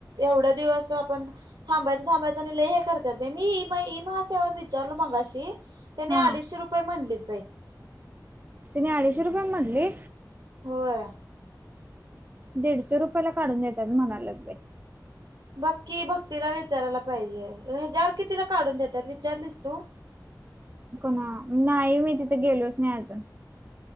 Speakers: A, on the right (about 70°); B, on the right (about 25°).
A: एवढ्या दिवस आपण थांबायचं थांबायचं नि लै हे करतात मी म इ महा सेवात विचारलो मगाशी. त्यानी
B: हा
A: अडीचशे रुपये म्हणलेत बाई.
B: तिने अडीचशे रुपया म्हटली?
A: होय.
B: दीडशे रुपयाला काढून देतात म्हणायल्यात बाई.
A: बक्की भक्तीला विचारायला पाहिजे, ह्याज्यावर कितीला काढून देतात विचारलीस तू?
B: कोणा नाही मी तिथे गेलोच नाही अजून.